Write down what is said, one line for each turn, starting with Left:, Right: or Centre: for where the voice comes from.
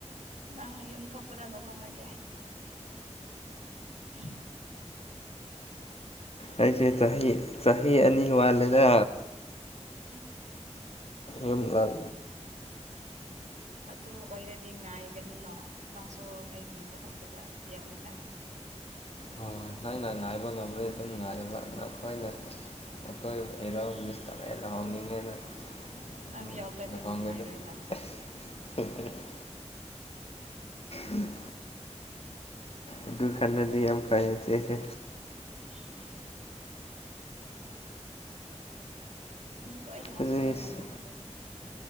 Right: ꯅꯪ ꯌꯨꯝ ꯊꯣꯛꯄꯗ ꯂꯨꯍꯣꯡꯔꯒꯦ ꯎꯝ <inaudible>
Left: ꯑꯩꯁꯦ ꯆꯍꯤ ꯆꯍꯤ ꯑꯅꯤ ꯋꯥꯜꯂꯦꯗ
Right: ꯎꯝ <unintelligible>
Left: ꯌꯨꯝꯂꯥꯛ
Right: ꯑꯗꯨ ꯑꯣꯏꯔꯗꯤ ꯉꯥꯏꯒꯅꯤꯅꯣ ꯅꯪꯁꯨ ꯑꯩꯒꯤ ꯂꯨꯍꯣꯡꯕꯗ ꯌꯥꯎꯅꯤꯡꯉꯥꯏ
Left: ꯍꯣꯏ ꯅꯪꯅ ꯉꯥꯏꯕ ꯉꯝꯕ꯭ꯔꯗꯤ ꯑꯗꯨꯝ ꯉꯥꯏꯕ ꯅꯈꯣꯏꯅ ꯑꯩꯈꯣꯏ ꯑꯦꯔꯣ ꯁ ꯇꯥꯔꯦ ꯂꯧꯍꯥꯎꯅꯤꯡꯉꯦꯅ <unintelligible> <unintelligible>
Right: ꯅꯪ ꯌꯥꯎꯗ꯭ꯔꯗꯤ ꯅꯨꯡꯉꯥꯏꯔꯣꯏꯅ
Left: ꯎꯝ ꯑꯗꯨ ꯈꯟꯅꯗꯤ ꯌꯥꯝ ꯐꯩ ꯆꯦꯁꯦ
Right: ꯎꯝ ꯃꯤ ꯂꯣꯏꯅꯃꯛ
Left: ꯍꯧꯖꯤꯛ
Right: ꯁꯨꯔꯒ ꯂꯨꯍꯣꯡꯒꯅꯤ